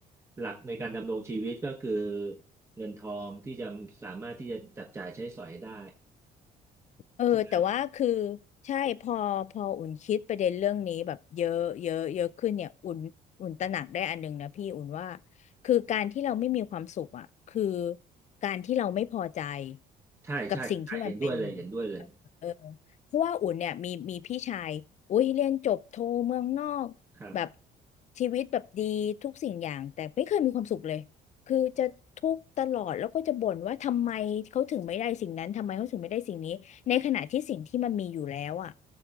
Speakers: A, on the right; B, on the left.
A: หลักในการดำรงชีวิตก็คือเงินทองที่จะสามารถที่จะจับจ่ายใช้สอยได้
B: เออแต่ว่าคือ
A: ใช่ไหม
B: ใช่พอพออุ่นคิดประเด็นเรื่องนี้แบบเยอะเยอะเยอะขึ้นเนี่ยอุ่นอุ่นตระหนักได้อันหนึ่งนะพี่อุ่นว่าคือการที่เราไม่มีความสุขอ่ะคือการที่เราไม่พอใจ
A: ใช่ใช่ใช่เห็นด้วยเลยเห็นด้วยเลย
B: กับสิ่งที่มันเป็นอยู่ เออเพราะว่าอุ่นเนี่ยมีมีพี่ชายอุ้ยเรียนจบโทเมืองนอกแบบ
A: ครับ
B: ชีวิตแบบดีทุกสิ่งอย่างแต่ไม่เคยมีความสุขเลยคือจะทุกข์ตลอดแล้วก็จะบ่นว่าทำไมเขาถึงไม่ได้สิ่งนั้นทำไมเขาถึงไม่ได้สิ่งนี้ในขณะที่สิ่งที่มันมีอยู่แล้วอ่ะ